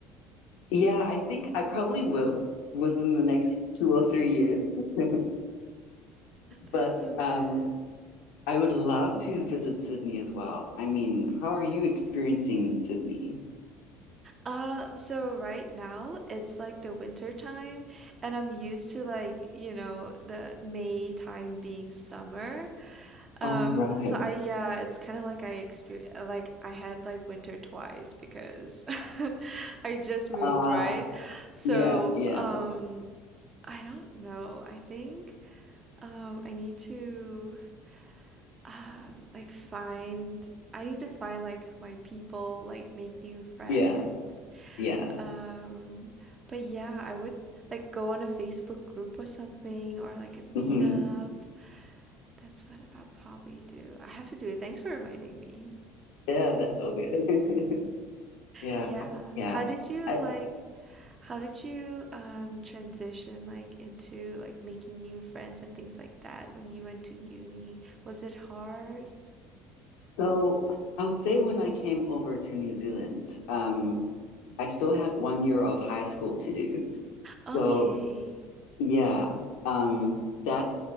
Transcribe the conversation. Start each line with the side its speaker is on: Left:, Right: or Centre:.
Left: yeah, I think I probably will within the next two or three years. <laughs>
Right: That's
Left: But
Right: so good.
Left: um I would love to visit Sydney as well. I mean, how are you experiencing Sydney?
Right: Uh, so right now it's like the winter time, and I'm used to like, you know, the May time being summer. Um,
Left: All right.
Right: so I yeah, it's kind of like I exper like I had like winter twice because <laughs> I just moved,
Left: Ah,
Right: right? So,
Left: yeah, yeah,
Right: um, I don't know. I think um I need to um like find I need to find like my people, like make new friends.
Left: yeah. Yeah.
Right: Um but yeah, I would like go on a Facebook group or something or like a meetup.
Left: hmm
Right: That's what I'll probably do. I have to do it. Thanks for reminding me.
Left: Yeah, that's all good. <laughs> Yeah.
Right: Yeah.
Left: uh, Yeah.
Right: How did you
Left: I
Right: like how did you um transition like into like making new friends and things like that when you went to uni? Was it hard?
Left: so I would say when I came over to New Zealand, um, I still had one year of high school to do.
Right: Okay.
Left: So yeah, um, that